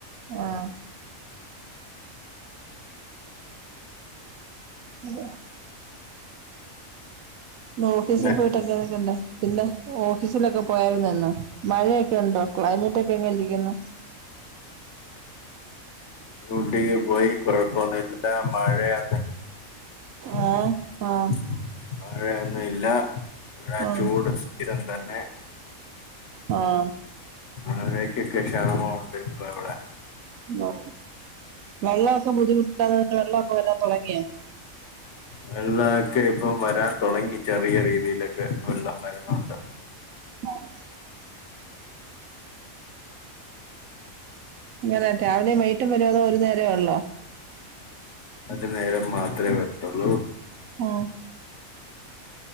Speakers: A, on the right; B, on the left.
A: ആഹ് <unintelligible> ഇന്ന് ഓഫീസി
B: പിന്നെ
A: പോയി ട്ടൊക്കെ <unintelligible> പിന്നെ ഓഫീസിലൊക്കെ പോയാരുന്നോ ഇന്ന് മഴയൊക്കെ ഉണ്ടോ ക്ലൈമറ്റൊക്കെ എങ്ങനിരിക്കുന്നു?
B: ഡ്യൂട്ടിക്ക് പോയി കൊഴപ്പൊന്നില്ല മഴയാ. <unintelligible>
A: ആഹ് ആഹ്
B: മഴയൊന്നുല്ല. ഇവടെ
A: ആഹ്
B: ചൂട് സ്ഥിരം തന്നെ.
A: ആഹ്
B: മഴേക്കൊക്കെ ക്ഷാമൊണ്ട് ഇപ്പൊ ഇവടെ
A: ആഹ് വെള്ളമൊക്കെ ബുദ്ധിമുട്ടാന്ന് പർഞ്ഞിട്ട് വെള്ളൊക്കെ വരാൻ തൊടങ്ങിയോ?
B: വെള്ളൊക്കെ ഇപ്പൊ വരാൻ തൊടങ്ങി ചെറിയ രീതിയിലൊക്കെ വെള്ളം വരുന്നുണ്ട്.
A: ആഹ് ഇങ്ങനെ രാവിലെ വൈകിട്ടും വരോ അതോ ഒരു നേരേ ഒള്ളോ
B: ഒരു നേരം മാത്രേ വര്ത്തുള്ളൂ.
A: ആഹ്